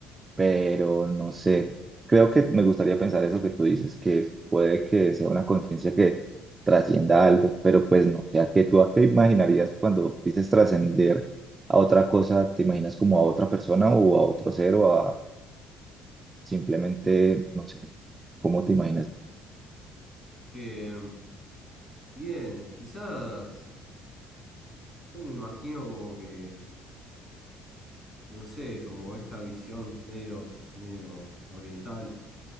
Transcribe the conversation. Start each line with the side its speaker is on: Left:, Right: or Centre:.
Right: pero no sé, creo que me gustaría pensar eso que tú dices, que puede que sea una conciencia que trascienda algo, pero pues no sé, ¿a qué tú a qué imaginarías cuando dices trascender a otra cosa? ¿Te imaginas como a otra persona o a otro ser o a simplemente, no sé, cómo te imaginas? eso?
Left: Eh, Bien, quizás yo me imagino como que, no sé, como esta visión medio, ox- medio oriental